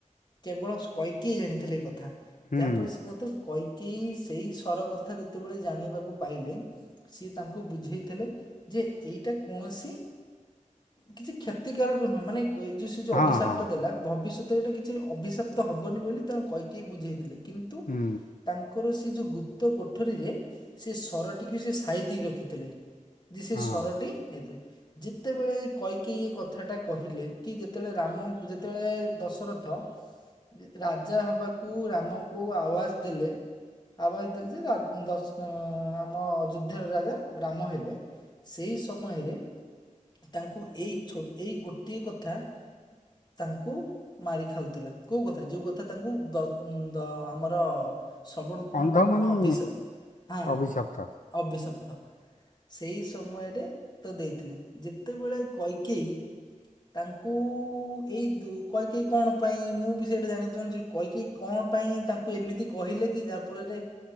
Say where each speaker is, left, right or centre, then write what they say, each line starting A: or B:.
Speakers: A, on the left; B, on the left.
A: କେବଳ କୈକେୟୀ ଜାଣିଥିଲେ ଏଇ କଥା
B: ହୁଁ
A: ଯାହାଫଳେ ସେ ମତେ କୈ କି ସେଇ ସର କଥା ଯେତେବେଳେ ଜାଣିବାକୁ ପାଇଲେ ସିଏ ତାଙ୍କୁ ବୁଝେଇଥିଲେ ଯେ ଏଇଟା କୌଣସି କିଛି କ୍ଷତିକାରକ ନୁହଁ ମାନେ ଏ ଯଉ ସେ ଯୋ
B: ହଁ
A: ଅଭିଶାପ
B: ହଁ
A: ଟା ଦେଲା ଭବିଷ୍ୟତ ଏଇଟା କିଛି ଅଭିଶାପ୍ତ ହବନି ବୋଲି ତ କୈକେୟୀ ବୁଝେଇଥିଲେ କିନ୍ତୁ
B: ହୁଁ
A: ତାଙ୍କର ସେ ଯୋଉ ଗୁପ୍ତ କଠରୀରେ ସେ ସରଟିକୁ ସେ ସାଇତି ରଖିଥିଲେ ଯେ ସେ
B: ହଁ
A: ସରଟି ହେଥିରେ ଯେତେବେଳେ କୈକେୟୀ ଏ କଥାଟା କହିଲେ କି ଯେତେବେଳେ ରାମ ଯେତେବେଳେ ଦଶରଥ ରାଜା ହବାକୁ ରାମଙ୍କୁ ଆବାଜ ଦେଲେ ଆବାସ ଦେଲେ ଯେଶ ଦଶ ଆମ ଅଯୋଧ୍ୟାର ରାଜା ରାମ ହେବେ ସେଇ ସମୟରେ ତାଙ୍କୁ ଏଇୋ ଛ ଗୋଟିଏ କଥା ତାଙ୍କୁ ମାରି ଖାଉଥିଲା କୋଉ କଥା ଯୋଉ କଥା ତାଙ୍କୁ ବ ଦ ଆମର ଶ୍ରବଣ କୁମର
B: ଅନ୍ଧମୁନି
A: ବାପା ମା ଅଭିଶପ ହଁ
B: ଅଭିଶପ୍ତ
A: ଅଭିଶପ୍ତ ସେଇ ସମୟରେ ତ ଦେଇଥିଲେ ଯେତେବେଳେ କୈକେୟୀ ତାଙ୍କୁ ଏଇ ଦୁ କୈକେୟୀ କଣ ପାଇଁ ମୁଁ ବି ସେଟା ଜାଣିବାକୁ ଚାହୁଁଛି। କୈକେୟୀ କଣ ପାଇଁ ତାଙ୍କୁ ଏମିତି କହିଲେ କି ଯାହା ଫଳରେ